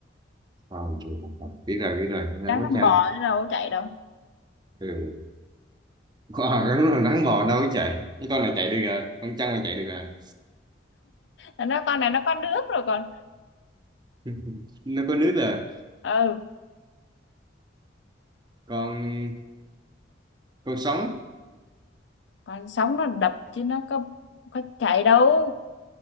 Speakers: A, on the right (about 25°); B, on the left (about 70°).
A: Ờ, biết rồi biết rồi con rắn
B: rắn
A: có
B: nó
A: trăng
B: bò chứ đâu có chạy đâu
A: ừ Ờ, cái <laughs> con rắn rắn bò đâu có chạy cái con này chạy được à con trăng mà chạy được à
B: nó nói con này nó có nước rồi còn
A: <laughs> nó có nước à
B: ừ
A: con con sống
B: còn sống nó đập chứ nó có có chạy đâu